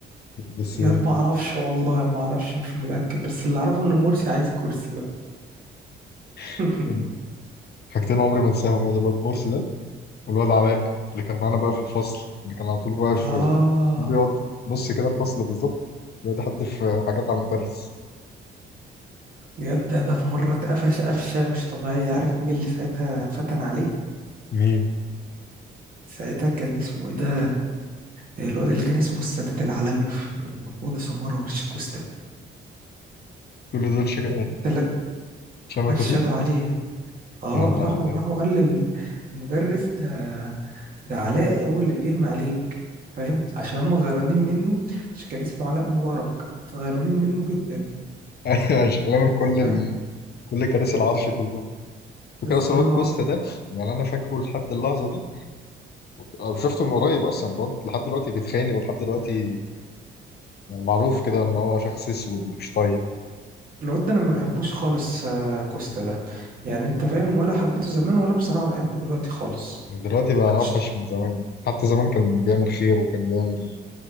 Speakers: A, on the left; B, on the right.
A: بس
B: ياد ما اعرفش والله ما اعرفش مش متأكد بس اللي اعرفه ان مرسي عايز كرسي بقى <laughs>
A: <laughs> حاجتين عمري ما انساهم يا ده الواد مرسي ده والواد علاء اللي كان معانا بقى في الفصل اللي كان على طول بقى في
B: اه
A: بيقعد في نص كده الفصل بالظبط بيقعد يحدف حاجات على المدرس
B: ياد ده ده في مرة اتقفش قفشة مش طبيعية عارف مين اللي ساعتها فتن عليه
A: مين
B: ساعتها كان اسمه ايه ده الواد اللي كان اسمه السادات العالمي في محمود سمارة ورشيد كوستا
A: كل دول شك...
B: التلات
A: شمال
B: ارشدوا
A: توفيق
B: عليه اه
A: يا نهار
B: راحوا
A: ابيض
B: راحوا قال للمدرس ده ده علاء هو اللي بيرمي عليك فاهم عشان هم غيرانين منه عشان كان اسمه علاء مبارك غيرانين منه جدا
A: <laughs> أيوة، شغلانه
B: فاهم
A: من كل
B: ازاي
A: ال... كل كراسي العرش كله فاكر
B: بالظبط
A: اصلا الواد كوستا ده يعني انا فاكره لحد اللحظه دي أو شفته من قريب اصلا الواد لحد دلوقتي بيتخانق ولحد دلوقتي يعني معروف كده ان هو شخص اسود ومش طيب
B: الواد ده انا ما بحبوش خالص آه، كوستا ده يعني انت فاهم ولا حبيته زمان ولا بصراحة بحبه دلوقتي خالص
A: دلوقتي بقى
B: كنتش-
A: اوحش من زمان حتى زمان كان بيعمل خير وكان بيعمل